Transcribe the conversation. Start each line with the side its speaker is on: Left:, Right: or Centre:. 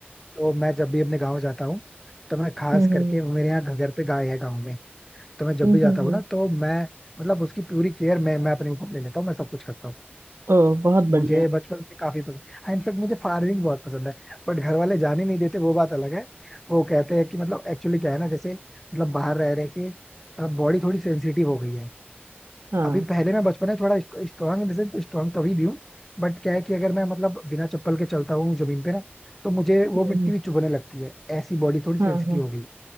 Centre: तो मैं जब भी अपने गाँव जाता हूँ तो मैं खास
Right: हम्म हम्म
Centre: करके मेरे यहाँ घर पे गाय है गाँव में तो मैं जब
Right: हम्म
Centre: भी जाता
Right: हम्म
Centre: हूँ
Right: हम्म।
Centre: ना तो मैं मतलब उसकी पूरी केयर मैं मैं अपने ऊपर ले लेता हूँ मैं सब कुछ करता हूँ
Right: ओ बहुत बढ़िया
Centre: मुझे बचपन से काफी पसंद हाँ इनफेक्ट मुझे फार्मिंग बहुत पसंद है बट घर वाले जाने नहीं देते वो बात अलग है वो कहते हैं कि मतलब एक्चुअली क्या है ना जैसे मतलब बाहर रह रहे के बॉडी थोड़ी सेंसिटिव हो गई है
Right: हाँ
Centre: अभी पहले मैं बचपन में थोड़ा स्ट्रांग इन द स्ट्रांग तो अभी भी हूँ बट क्या है कि अगर मैं मतलब बिना चप्पल के चलता हूँ जमीन पे ना तो मुझे वो
Right: हम्म
Centre: मिट्टी
Right: हम्म,
Centre: भी चुभने लगती है ऐसी बॉडी थोड़ी
Right: हाँ
Centre: सेंसिटिव
Right: हाँ
Centre: हो गई